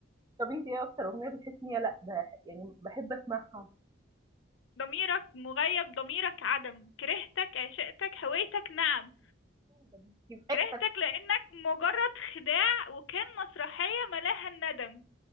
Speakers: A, on the right (about 20°); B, on the left (about 75°).
A: طَب أنتِ إيه أكتر أغنية بتحسي إن هي لأ ده يعني باحب أسمعها
B: ضميرك مغيب ضميرك عدم كرهتك عشقتك هويتك نعم
A: ده دي
B: كرهتك لأنك مجرد خداع وكان مسرحية ملاها الندم